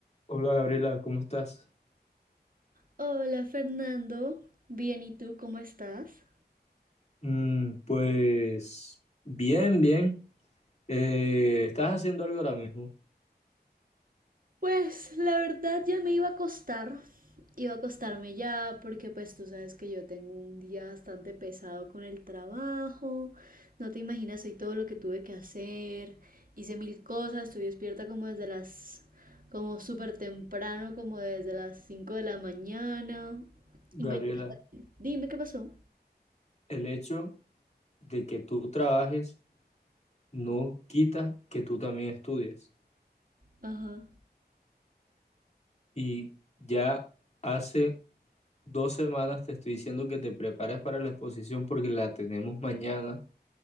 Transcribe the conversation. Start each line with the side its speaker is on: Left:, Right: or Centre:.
Left: Hola Gabriela, ¿cómo estás?
Right: Hola Fernando, bien, ¿y tú cómo estás?
Left: Mm, pues bien, bien. Eh, ¿estás haciendo algo ahora mismo?
Right: Pues la verdad ya me iba a acostar, iba a acostarme ya porque pues tú sabes que yo tengo un día bastante pesado con el trabajo, no te imaginas hoy todo lo que tuve que hacer, hice mil cosas, estuve despierta como desde las, como súper temprano, como desde las 5 de la mañana.
Left: Gabriela,
Right: Imagínate, dime qué pasó.
Left: el hecho de que tú trabajes no quita que tú también estudies.
Right: Ajá.
Left: Y ya hace dos semanas te estoy diciendo que te prepares para la exposición porque la tenemos mañana